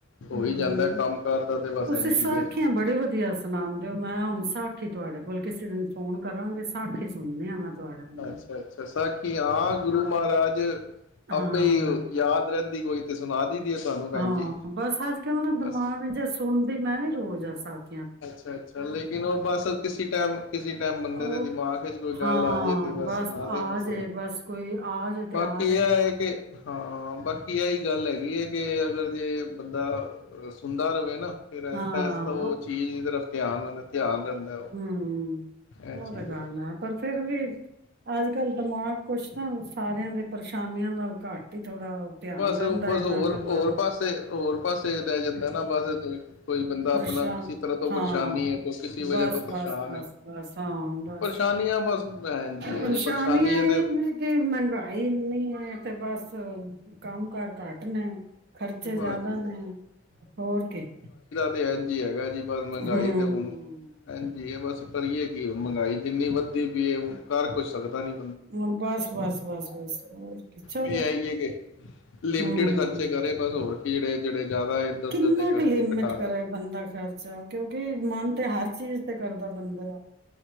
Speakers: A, on the left (about 70°); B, on the right (about 55°).
A: ਹੋ
B: ਹੂੰ
A: ਹੀ ਜਾਂਦਾ ਕੰਮ- ਕਾਰ ਦਾ ਤੇ ਬਸ
B: ਤੁਸੀਂ
A: ਐਨ ਜੀ।
B: ਸਾਖੀਆਂ ਬੜੀ ਵਧੀਆ ਸੁਣਾਉਂਦੇ ਹੋ ਮੈਂ ਹੁਣ ਸਾਖੀ ਤੁਹਾਡੇ ਕੋਲ ਕਿਸੇ ਦਿਨ ਫੋਨ ਕਰਾਂਗੇ ਸਾਖੀ ਸੁਣਦੇ ਹਾਂ ਮੈਂ ਤੁਹਾਡੇ ਕੋਲ
A: ਅੱਛਾ -ਅੱਛਾ ਸਾਖੀ ਹਾਂ ਗੁਰੂ ਮਹਾਰਾਜ,
B: ਹਾਂ
A: ਆਪੇ ਯਾਦ ਰਹਿੰਦੇ। ਕੋਈ ਤੇ ਸੁਣਾ ਦੀ। ਦੀ ਹੈ ਤੁਹਾਨੂੰ ਭੈਣ
B: ਹਾਂ,
A: ਜੀ
B: ਬਸ ਅੱਜ- ਕੱਲ ਨਾ ਦਿਮਾਗ
A: ਬਸ
B: ਜੇ ਸੁਣ ਮੈਂ ਵੀ ਰੋਜ਼ ਆ ਸਕਦਾ।
A: ਅੱਛਾ -ਅੱਛਾ ਲੇਕਿਨ ਉਹ ਬਸ ਕਿਸੇ ਟਾਈਮ ਕਿਸੇ ਟਾਈਮ ਬੰਦੇ
B: ਉਹ
A: ਦੇ ਦਿਮਾਗ ਵਿੱਚ ਕੋਈ ਗੱਲ
B: ਹਾਂ
A: ਆ ਜਾੇ ਤੇ ਬਸ ਸੁਣ ਦੇ
B: ਆ
A: ਬਸ।
B: ਜੇ ਬਸ ਕੋਈ ਆ ਜੇ ਤੇ
A: ਬਾਕੀ
B: ਆ ਜੇ
A: ਇਹ ਹੈ ਕਿ, ਹਾਂ ਬਾਕੀ ਇਹ ਗੱਲ ਹੈਗੀ ਹੈ ਕਿ ਅਗਰ ਜੇ ਬੰਦਾ ਸੁਣਦਾ ਰਹੇ ਨਾ ਫੇਰ ਰਸਤਾ-
B: ਹਾਂ
A: ਰਸਤਾ ਉਹ ਚੀਜ਼ ਦੀ ਤਰਫ ਧਿਆਨ ਰਹਿੰਦਾ ਧਿਆਨ ਰਹਿੰਦਾ। ਉਹ
B: ਹਮ
A: ਇਹ
B: ਉਹ
A: ਚੀਜ਼
B: ਤੇ ਗੱਲ ਹੈ ਪਰ ਫਿਰ ਵੀ ਅੱਜ ਕੱਲ ਦਿਮਾਗ ਕੁਛ ਨਾ <unintelligible> ਸਾਰੇ ਦੇ ਪਰੇਸ਼ਾਨੀਆਂ ਨਾਲ ਘੱਟ ਹੀ ਥੋੜਾ ਧਿਆਨ
A: ਬਸ
B: ਰਹਿੰਦਾ
A: ਉਹ ਬਸ
B: ਇਹਨਾਂ
A: ਹੋਰ-
B: ਗੱਲਾਂ
A: ਹੋਰ ਪਾਸੇ ਹੋਰ ਪਾਸੇ ਰਹਿ ਜਾਂਦਾ ਨਾ ਬਸ ਕੋਈ ਬੰਦਾ
B: ਪਰੇਸ਼ਾਨ
A: ਆਪਣਾ ਕਿਸੇ ਤਰ੍ਹਾਂ ਤੋਂ
B: ਹਾਂ
A: ਪਰੇਸ਼ਾਨੀ ਹੈ ਕੋਈ
B: ਬਸ
A: ਵਜ੍ਹਾ ਤੋਂ ਪਰੇਸ਼ਾਨ
B: -ਬਸ -ਬਸ
A: ਹੈ
B: -ਬਸ ਹਾਂ, ਬਸ
A: ਪਰੇਸ਼ਾਨੀਆਂ ਬਸ ਭੈਣ ਜੀ ਹੈ
B: ਪਰੇਸ਼ਾਨੀਆਂ
A: ਜੀ ਪਰੇਸ਼ਾਨੀ ਹੈ ਤੇ
B: ਇਹ ਨੇ ਕਿ ਮਹਿੰਗਾਈ ਇੰਨੀ ਹੈ। ਤੇ ਬਸ ਕੰਮ ਕਾਰ ਘੱਟ ਨੇ ਖਰਚੇ
A: ਬਸ
B: ਜ਼ਿਆਦਾ
A: ਜੀ
B: ਨੇ, ਹੋਰ ਕੀ।
A: ਤੇਜੀ ਜੀ ਹੈਗਾ ਜੀ ਬਸ ਮਹਿੰਗਾਈ
B: ਹਮ
A: ਤੇ ਹਨ। ਹਾਂਜੀ, ਇਹ ਬਸ ਕਰੀਏ ਕਿ ਹੁਣ ਮਹਿੰਗਾਈ ਜਿੰਨੀ ਵੱਧਦੀ ਪਈਏ ਘਰ ਕੁਛ ਸਕਦਾ ਨੀ
B: ਹਮ ਬਸ -ਬਸ- ਬਸ -ਬਸ। ਹੋਰ ਕੀ ਚਲੋ
A: ਨਹੀਂ, ਆਈ ਹੈ ਕੇ? ਲਿਮਿਟਿਡ
B: ਹਮ
A: ਖਰਚੇ ਕਰੇ ਬਸ ਹੋਰ ਕਿੜੇ ਜਿਹੜੇ ਜ਼ਿਆਦਾ ਇੱਧਰ ਉਧਰ
B: ਕਿੰਨਾ
A: ਦੇ ਖਰਚੇ
B: ਕੁ ਲਿਮਿਟ
A: ਘਟਾ
B: ਕਰੇ
A: ਦੇ
B: ਬੰਦਾ ਖਰਚਾ ਕਿਉਕਿ ਮਨ ਤੇ ਹਰ ਚੀਜ਼ ਤੇ ਕਰਦਾ ਬੰਦੇ ਦਾ,